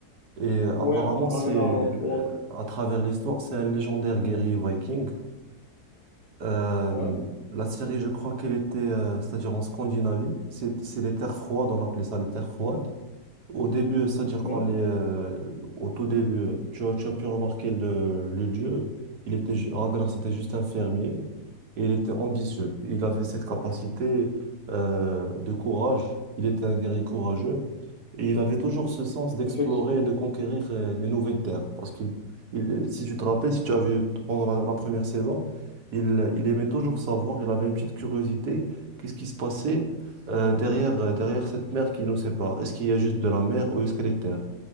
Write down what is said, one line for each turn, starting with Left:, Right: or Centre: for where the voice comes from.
Right: Et
Left: Ouais,
Right: apparemment,
Left: Ragnar
Right: c'est euh,
Left: Lothbrok.
Right: à travers l'histoire, c'est un légendaire guerrier viking. Euh,
Left: Ouais,
Right: la série, je crois qu'elle était, euh, c'est-à-dire en Scandinavie, c'est c'est les terres froides, on appelait ça les terres froides. Au début, c'est-à-dire
Left: ouais,
Right: qu'on les, euh, au tout début, tu as, tu as pu remarquer le, le lieu. Il était, ju- Ragnar, c'était juste un fermier et il était ambitieux. Il avait cette capacité euh, de courage. Il était un guerrier courageux et il avait toujours ce sens d'explorer
Left: effectivement.
Right: et de conquérir euh, les nouvelles terres. Parce qu'il, il- euh, si tu te rappelles, si tu as vu pendant la, la première saison, il, il aimait toujours savoir. Il avait une petite curiosité. Qu'est-ce qui se passait euh, derrière, euh, derrière cette mer qui nous sépare? Est-ce qu'il y a juste de la mer ou est-ce qu'elle est terre?